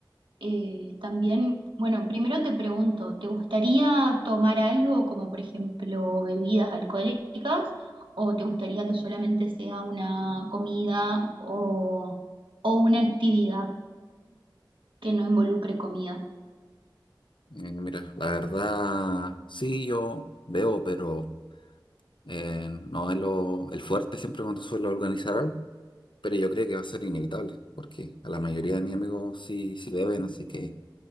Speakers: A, on the right; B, on the left.
A: Eh, también, bueno, primero te pregunto, ¿te gustaría tomar algo como por ejemplo bebidas alcohólicas o te gustaría que solamente sea una comida o, o una actividad que no involucre comida?
B: Eh, mira, la verdad, sí, yo veo, pero eh, no es lo, el fuerte siempre cuando suelo organizar algo. Pero yo creo que va a ser inevitable, porque a la mayoría de mis amigos sí, sí beben, así que